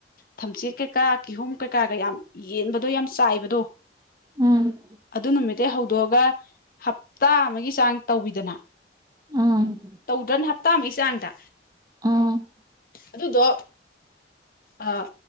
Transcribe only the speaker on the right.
ꯎꯝ
ꯎꯝ
ꯎꯝ